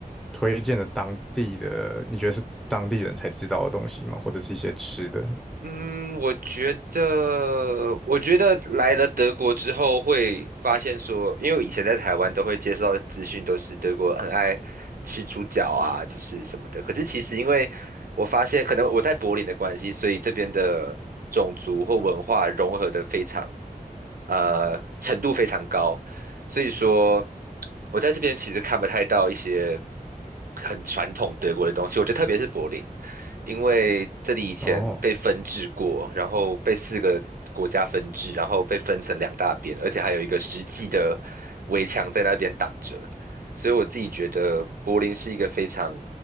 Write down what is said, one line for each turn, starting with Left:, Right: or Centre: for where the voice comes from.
Centre: 推荐的当地的，你觉得是当地人才知道的东西吗？或者是一些吃的？
Right: 嗯，我觉得，我觉得来了德国之后会发现说，因为我以前在台湾都会接受到的资讯都是德国很爱吃猪脚啊，就是什么的。可是其实因为我发现，可能我在柏林的关系，所以这边的种族或文化融合的非常，呃，程度非常高。所以说，我在这边其实看不太到一些很传统德国的东西，我觉得特别是柏林。因为这里以前被分治过，
Centre: 哦
Right: 然后被四个国家分治，然后被分成两大边，而且还有一个实际的围墙在那边挡着，所以我自己觉得柏林是一个非常